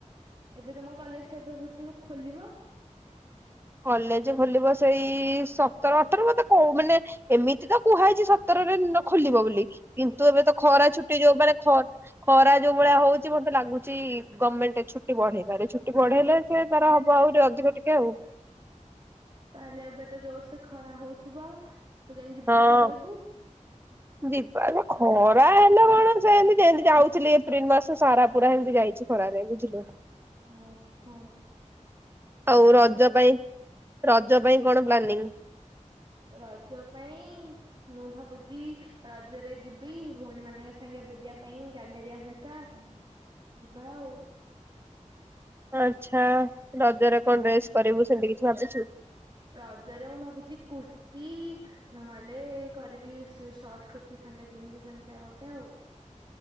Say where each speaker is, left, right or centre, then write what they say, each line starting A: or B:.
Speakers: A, on the right; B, on the right.
A: ଏବେ ତମ କଲେଜ କେବେ ଖୋଲିବ? ଖୋଲିବ।
B: କଲେଜ ଖୋଲିବ ସେଇ ସତର ଅଠର ମତେ କ ମାନେ ଏମିତି ତ କୁହାଯଇଛି ସତରରେ ଖୋଲିବ ବୋଲି କିନ୍ତୁ ଏବେ ତ ଖରା ଛୁଟି ଯୋଉ ମାନେ ଖ ଖରା ଯୋଉ ଭଳିଆ ହଉଛି ମତେ ଲାଗୁଛି ଗଭର୍ଣ୍ଣମେଣ୍ଟ ଛୁଟି ବଢେଇବାରେ ଛୁଟି ବଢେଇଲେ ସେ ତାର ହବ ଆହୁରି ଅଧିକ ଟିକେ ଆଉ
A: ତାହେଲେ ଏବେ ତ ଜୋର ସେ ଖରା ହଉଥିବ। ତୁ କେମିତି ଜିବା
B: ହଁ।
A: ଆସିବା କରିବୁ?
B: ଯିବା ଖରା ହେଲା କଣ ସେମିତି ଯେମିତି ଯାଉଥିଲି ଏପ୍ରିଲ ମାସ ସାରା ପୁରା ସେମିତି ଯାଇଛି ଖରାରେ ବୁଝିଲୁ।
A: ଓ ହୋ।
B: ହଉ ରଜ ପାଇଁ ରଜ ପାଇଁ କଣ ପ୍ଲାନିଂ?
A: ରଜ ପାଇଁ ମୁଁ ଭାବୁଛି ରଜରେ ଯିବି ଭଉଣୀ ମାନଙ୍କ ସାଙ୍ଗେ ବୁଲିବା ପାଇଁ ଗ୍ୟାଲେରିଆ ହେରିକା। ୱାଓ।
B: ଆଚ୍ଛା ରଜରେ କଣ ଡ୍ରେସ୍ କରିବୁ ସେମିତି କିଛି ଭାବୁଛୁ।
A: ରଜରେ ମୁଁ ଭାବୁଛି କୁର୍ତ୍ତି ନହେଲେ କରିବି ସର୍ଟ କୁର୍ତ୍ତିୀ ସାଙ୍ଗେ ଜିନସ ସେମିତି ଆଉ ଗୋଟେ ଆଉ